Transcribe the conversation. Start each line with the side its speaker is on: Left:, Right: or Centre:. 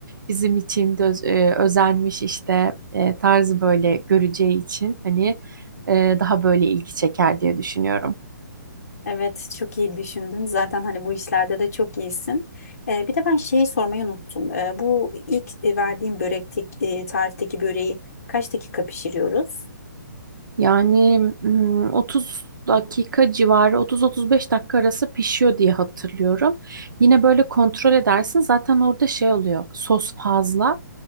Right: bizim için de öz- e, özenmiş işte e, tarzı böyle göreceği için hani e, daha böyle ilgi çeker diye düşünüyorum.
Left: Evet, çok iyi düşündün. Zaten hani bu işlerde de çok iyisin. Ee, bir de ben şeyi sormayı unuttum. Ee, bu ilk e, verdiğim börektik e, tarifteki böreği kaç dakika pişiriyoruz?
Right: Yani mm, 30 dakika civarı 30-35 dakika arası pişiyor diye hatırlıyorum. Yine böyle kontrol edersin. Zaten orada şey oluyor. Sos fazla.